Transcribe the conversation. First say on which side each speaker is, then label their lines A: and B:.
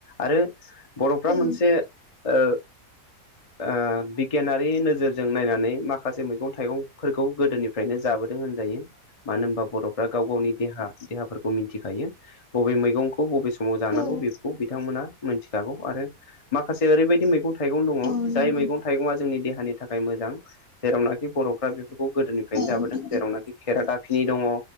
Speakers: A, on the left; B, on the left.
A: आरो बर'फ्रा मोनसे
B: औ
A: ओ ओ बिगियानारि नोजोरजों नायनानै माखासे मैगं- थाइगंफोरखौ गोदोनि <unintelligible> जाबोदों होनजायो। मानो होनबा बर'फ्रा गाव गावनि दे- देहाफोरखौ मिथिखायो बबे मैगंखौ बबे समाव जानांगौ
B: औ
A: बेखौ बिथांमोना मिथिखागौ आरो माखासे ओरैबायदि मैगं- थाइगं दङ
B: औ
A: जाय
B: नंगौ
A: मैगं- थाइगङा जोंनि देहानि थाखाय मोजां जेरावनाखि बर'फ्रा बेफोरखौ गोदोनिफ्रायनो
B: औ
A: जाबोदों
B: नंगौ
A: जेरावनाखि <unintelligible> <unintelligible> दङ